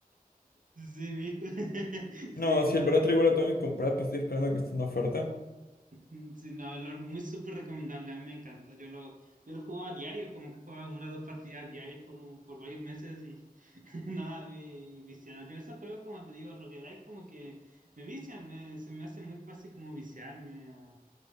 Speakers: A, on the right; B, on the left.
A: sí, mijo. <laughs> Sí,
B: No, si
A: no,
B: el Balatro igual lo tengo que comprar, pues estoy esperando que esté en oferta.
A: Mm, Sí, no, lo- muy súper recomendable, a mí me encanta. Yo lo, yo lo jugaba a diario, como que jugaba una o dos partidas diarias por, un- por varios meses y <laughs> nada, vi, viciado. Yo esos juegos, como te digo, roguelike, como que me vician, eh, se me hace muy fácil como viciarme. a-